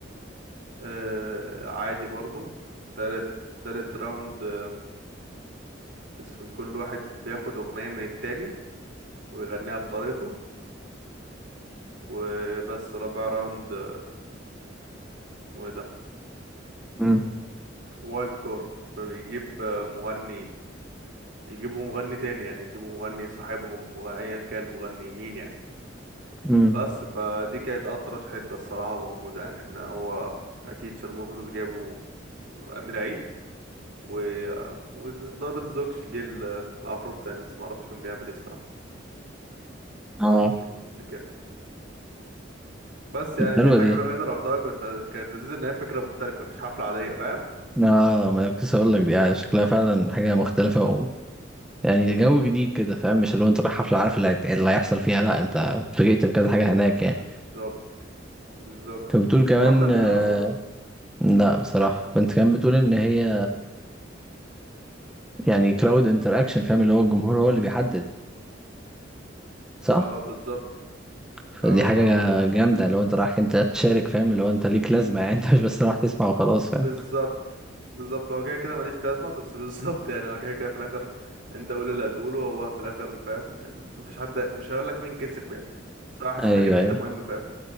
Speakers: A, on the right; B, in the centre.
A: آه عادي برضو تالت تالت راوند آه، اسم كل واحد بياخد أغنية من التاني ويغنيها بطريقته وبس رابع راوند آه، اسمه ايه ده
B: امم
A: وايلد كارد فبيجيب آه، مغني يجيبوا مغني تاني يعني يجيبوا مغني صاحبهم مغ- ايا كان مغني مين يعني
B: امم
A: بس فدي كانت أطرش حتة الصراحة موجودة يعني ان هو اكيد شرموفرز جابوا امير عيد و آه، ودبل زوكش جه ال- العفروت تاني بس معرفش كان بيعمل ايه الصراحة
B: اه
A: ماشي اللي جاب بس
B: طب
A: يعني
B: حلوة
A: دي الحاجة
B: دي
A: الوحيدة اللي رحتها كانت ل- كانت لذيذة ان هي فكرة مختلفة مش حفلة عادية فاهم
B: اه ما أنا كنت لسه اقول لك دي آه، شكلها فعلا حاجة مختلفة و... يعني جو جديد كده فاهم مش اللي هو انت رايح حفلة عارف اللي هيت- اللي هيحصل فيها لا انت اتفاجئت بكذا حاجة هناك يعني
A: بالظبط بالظبط
B: انت بتقول كمان
A: انت رحت قبل
B: آه،
A: كده اصلا
B: لا بصراحة انت كمان بتقول ان هي يعني كلاود انتراكشن فاهم اللي هو الجمهور هو اللي بيحدد صح
A: اه بالظبط
B: فدي
A: اه
B: حاجة
A: اه
B: جامدة لو انت رايح انت تشارك فاهم اللي هو انت ليك لازمة يعني <laughs> انت مش بس رايح تسمع وخلاص
A: بالظبط
B: فاهم
A: بالظبط هو كده كده ماليش لازمة بس بالظبط يعني هو كده كده في الاخر انت قول اللي هتقوله هو في الاخر فاهم ال- مفيش حد مش هيقول لك مين كسب يعني بس أنا حسيتك
B: ايوه
A: ان انت
B: ايوه
A: مهم فاهم